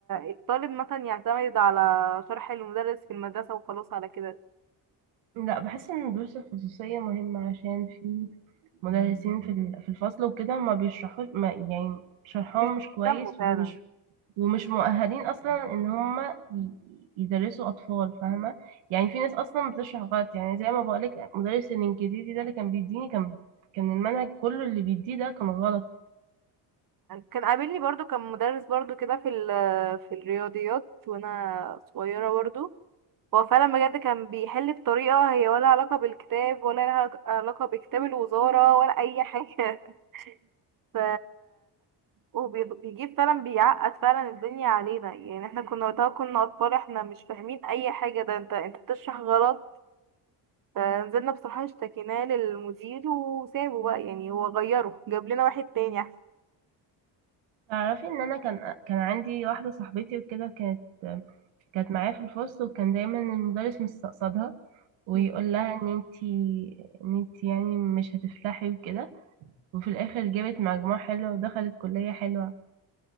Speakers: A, on the right (about 45°); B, on the right (about 85°).
A: الطالب مثلا يعتمد على شرح المدرس في المدرسه وخلاص على كده
B: لا بحس ان الدروس الخصوصية مهمة عشان في مدرسين في ال- في الفصل وكده ما بيشرحوش ما يعني شرحهم
A: مش
B: مش كويس
A: بيهتموا فعلا
B: ومش ومش مؤهلين اصلا ان هم ي- يدرسوا اطفال فاهمه يعني في ناس اصلا بتشرح غلط يعني زي ما بقولك مدرس الانجليزي ده اللي كان بيديني كان كان المنهج كله اللي بيديه ده كان غلط
A: كان قابلني برضو كان مدرس برضو كده في ال- في الرياضيات وانا صغيرة برضو هو فعلا بجد كان بيحل بطريقة هي ولا علاقة بالكتاب ولا لها علاقة بكتاب الوزارة ولا أي حاجة <laughs> ف وبيجيب فعلا بيعقد فعلا الدنيا علينا يعني احنا كنا وقتها كنا أطفال احنا مش فاهمين أي حاجة ده انت انت بتشرح غلط فنزلنا بصراحة اشتكيناه للمدير وسابه بقى يعني هو غيره جاب لنا واحد تاني أحسن
B: تعرفي ان انا كان كان عندي واحده صاحبتي وكده كانت كانت معايا في الفصل وكان دايما المدرس مستقصدها ويقول
A: مم.
B: لها ان انتي ان انتي يعني مش هتفلحي وكده وفي الاخر جابت مجموع حلو ودخلت كليه حلوه